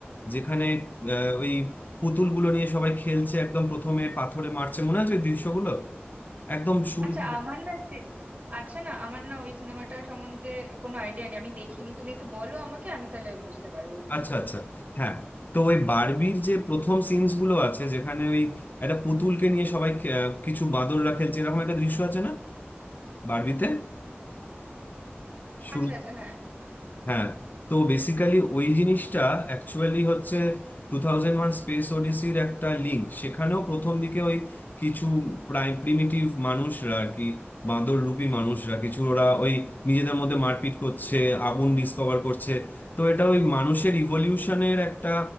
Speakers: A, on the left; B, on the right.
A: যেখানে আহ, ওই পুতুলগুলো নিয়ে সবাই খেলছে একদম প্রথমে পাথরে মারছে মনে আছে ওই দৃশ্যগুলো একদম শুরু
B: আচ্ছা
A: করে-
B: আমার না সে- আচ্ছা না আমার না ওই সিনেমাটা সম্বন্ধে কোনো আইডিয়া নেই আমি দেখিনি তুমি একটু বলো আমাকে আমি তাহলে বুঝতে পারবো
A: আচ্ছা আচ্ছা হ্যাঁ তো ওই বারবির যে প্রথম সিনস গুলো আছে যেখানে ওই একটা পুতুলকে নিয়ে সবাই খে- আহ, কিছু বাঁদররা খেলছে এরকম একটা দৃশ্য আছে না বারবিতে শুরু
B: আচ্ছা আচ্ছা হ্যাঁ
A: হ্যাঁ তো বেসিক্যালি ওই জিনিসটা অ্যাকচুয়ালি হচ্ছে টু থাউজেন্ড ওয়ান স্পেস ওডিসির একটা লিঙ্ক সেখানেও প্রথম দিকে ওই কিছু প্রায় প্রিমিটিভ মানুষরা আর কি বাঁদর রূপী মানুষরা কিছু ওরা ওই নিজেদের মধ্যে মারপিট করছে আগুন ডিসকভার করছে তো এটা ওই মানুষের ইভলিউশনের একটা